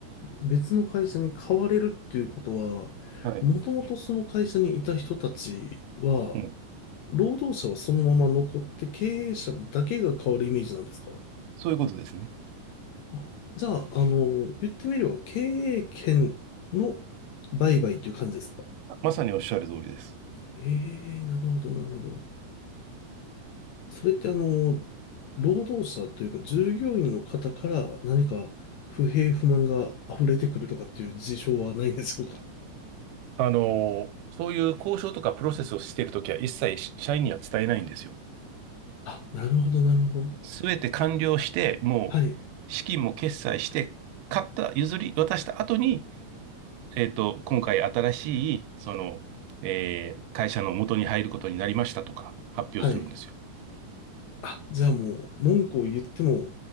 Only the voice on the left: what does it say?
別の会社に変われるっていうことは、
もともとその会社にいた人たちは、
労働者はそのまま残って経営者だけが変わるイメージなんですか
あじゃあ、あの、言ってみれば経営権の売買という感じですか
ええー、なるほど、なるほど。それってあの、労働者というか従業員の方から何か不平不満が溢れてくるとかっていう事象はないんでしょうか
あ、なるほど、なるほど。
はい、
はい。あ、じゃあもう文句を言っても